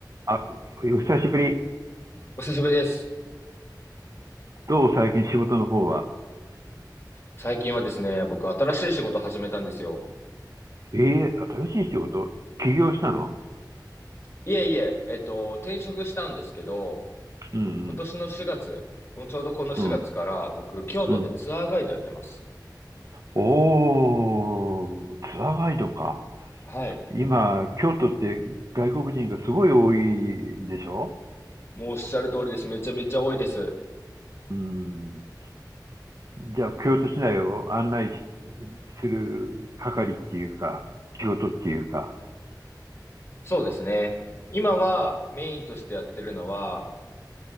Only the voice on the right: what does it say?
あ、お久しぶり。
どう最近仕事の方は。
ええ新しい仕事起業したの
うん
うん。うん。
うん。おー、ツアーガイドか。
今、京都って外国人がすごい多いんでしょ
うん。じゃあ、京都市内を案内しする係っていうか、仕事っていうか。